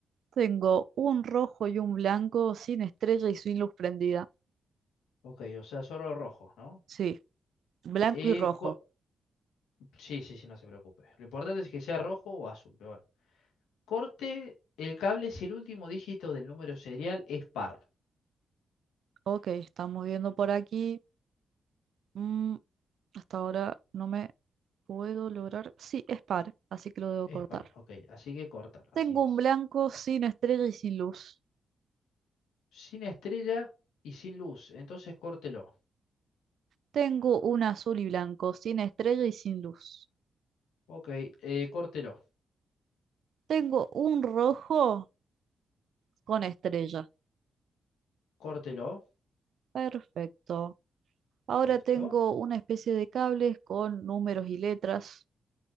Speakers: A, on the right; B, on the left.
A: Tengo un rojo y un blanco sin estrella y sin luz prendida.
B: Ok, o sea, solo rojo, ¿no?
A: Sí, blanco
B: Eh,
A: y rojo.
B: co- sí, sí, sí, no se preocupe. Lo importante es que sea rojo o azul, pero bueno. Corte el cable si el último dígito del número serial es par.
A: Ok, estamos viendo por aquí. Mm, hasta ahora no me puedo lograr. Sí, es par, así que lo debo
B: Es
A: cortar.
B: par, ok. Así que córtalo, así
A: Tengo
B: es.
A: un blanco sin estrella y sin luz.
B: Sin estrella y sin luz, entonces córtelo.
A: Tengo un azul y blanco sin estrella y sin luz.
B: Ok, eh, córtelo,
A: Tengo un rojo con estrellas
B: córtelo.
A: Perfecto. Ahora
B: Listo.
A: tengo una especie de cables con números y letras.